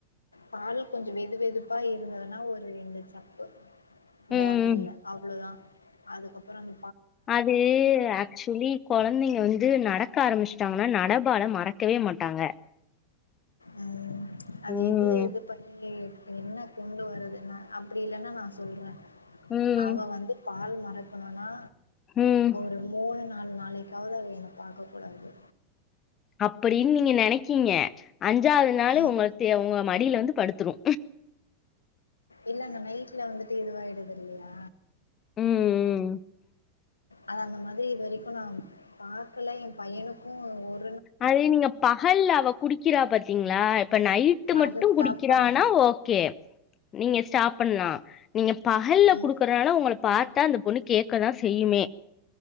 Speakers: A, on the left; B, on the left.
A: பால் கொஞ்சோ வெது வெதுப்பா இருந்ததுன்னா ஒரு ரெண்டு சப்பு பாட்டில்ல
B: ம்
A: அவ்ளவுதா அதுக்கப்புறோ அந்
B: அது ஆக்சுவலி குழந்தைங்க வந்து நடக்க ஆரம்பிச்சு ட்டாங்கன்னா நடபால மறக்கவே மாட்டாங்க
A: ம் அது
B: ம்
A: இது இது பண்ணி என்ன கொண்டு வருது ந அப்டி இல்லன்னா நா சொல்ற
B: ம்
A: அவ வந்து பால் மறக்கணுன்னா
B: ம்
A: ஒரு மூணு நாள் நாளைக்காவது அது என்ன பார்க்க கூடாது
B: அப்டின்னு நீங்க நினைக்கீங்க அஞ்சாவது நாளு
A: ம்
B: உங்கள்தே உங்க மடியில வந்து படுத்துரு
A: இல்லங்க நைட்ல வந்துட்டு இதுவாயிடுது இல்லையா
B: உம் உம்
A: அது அந்த மாரி இது வரைக்கு நா பாக்கல என் பையனுக்கு ஒ
B: அது நீங்க பகல்ல அவ குடிக்கிறா பத்தீங்ளா இப்ப நைட்டு மட்டு
A: அதை ஸ்டாப்
B: குடிக்குறானா
A: பண்ணணும்
B: ஓகே நீங்க ஸ்டாப் பண்ணா நீங்க பகல்ல
A: ம்
B: குடுக்குறனால உங்கள பா த்தா அந்த பொண்ணு கேக்கதா செய்யுமே